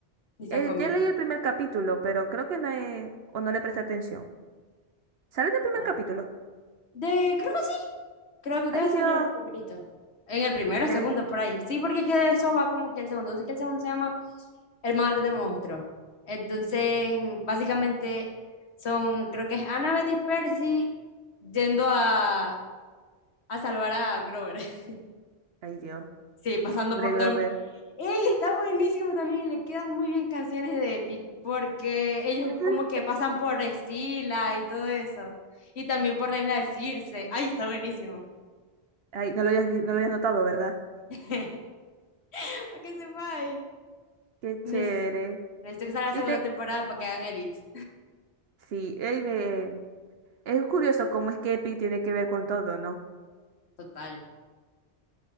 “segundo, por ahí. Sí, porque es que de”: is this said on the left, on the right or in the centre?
Left